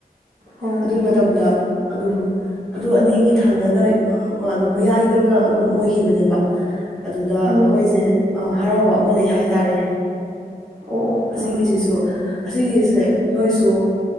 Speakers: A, on the right; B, in the centre.
A: ꯍꯣꯏ
B: ꯑꯗꯨꯒꯤ ꯃꯇꯝꯗ ꯑꯗꯨꯝ ꯑꯗꯨ ꯑꯅꯤꯒꯤ ꯊꯪꯅꯅ ꯑꯗꯨꯝ ꯃꯌꯥꯏꯗꯒ ꯑꯗꯨꯝ ꯑꯣꯏꯈꯤꯕꯅꯦꯕ ꯑꯗꯨꯗ ꯑꯩꯈꯣꯏꯁꯦ
A: ꯎꯝ
B: ꯍꯔꯥꯎꯕ ꯑꯃ ꯂꯩ ꯍꯥꯏꯇꯥꯔꯦ
A: ꯑꯣ ꯑꯣ
B: ꯑꯁꯤꯒꯤꯁꯤꯁꯨ
A: ꯑꯥ
B: ꯑꯁꯤꯒꯤꯁꯦ ꯅꯣꯏꯁꯨ